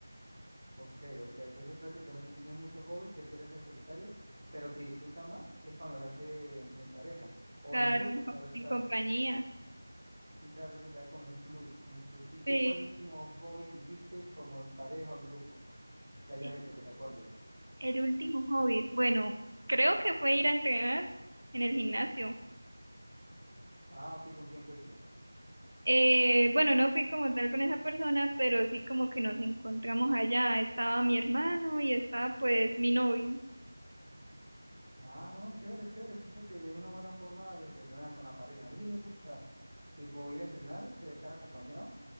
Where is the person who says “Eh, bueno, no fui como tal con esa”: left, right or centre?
Right